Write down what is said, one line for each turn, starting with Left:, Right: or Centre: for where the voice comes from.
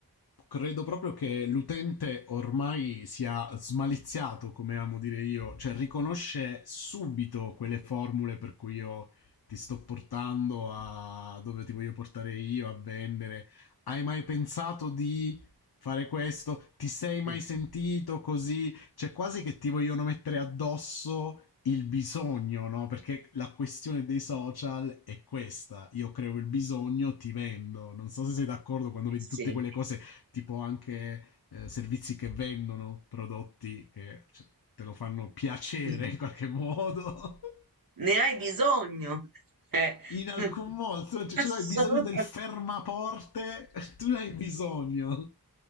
Left: credo proprio che l'utente ormai sia smaliziato, come amo dire io, cioè riconosce subito quelle formule per cui io ti sto portando a dove ti voglio portare io a vendere. Hai mai pensato di fare questo? Ti sei mai
Right: mm,
Left: sentito così? C'è quasi che ti vogliono mettere addosso il bisogno, no? Perché la questione dei social è questa. Io creo il bisogno, ti vendo. Non so se sei d'accordo quando vedi tutte
Right: sì.
Left: quelle cose, tipo anche eh, servizi che vendono prodotti che cioè, te lo fanno piacere
Right: Mm.
Left: in qualche modo. <laughs>
Right: Ne hai bisogno, eh,
Left: in
Right: <laughs>
Left: alcun modo, cioè, cioè
Right: assolutamente.
Left: tu hai bisogno del fermaporte, <laughs> tu ne hai bisogno.